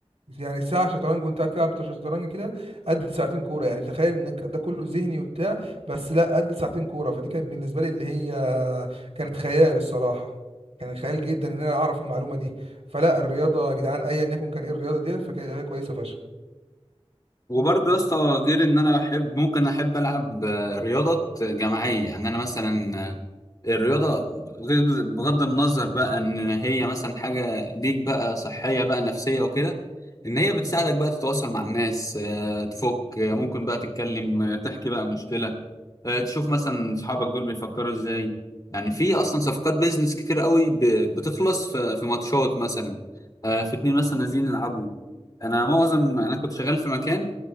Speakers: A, on the right (about 80°); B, on the left (about 35°).
A: يعني ساعة شطرنج وانت قاعد تلعب شطرنج كده قد ساعتين كورة يعني تخيل انك ده كله ذهني وبتاع بس لا قد ساعتين كورة فدي كانت بالنسبة لي اللي هي كانت خيال الصراحة كان خيال جدا ان انا اعرف المعلومة دي فلا الرياضة يا جدعان ايا يكن كان ايه الرياضة دي فكانت كويسة فشخ
B: وبرضه يا اسطى غير ان انا احب ممكن احب العب آه، رياضات جماعيه يعني انا مثلا آه، الرياضه غير بغض النظر بقى ان هي مثلا حاجه ليك بقى صحيه بقى نفسيه وكده ان هي بتساعدك بقى تتواصل مع الناس آه، تفك آه، ممكن بقى تتكلم آه، تحكي بقى مشكله آه، تشوف مثلا اصحابك دول بيفكروا ازاي يعني في اصلا صفقات بيزنس كتير قوي ب- بتخلص في في ماتشات مثلا آه، في اتنين مثلا نازلين يلعبوا انا معظم انا كنت شغال في مكان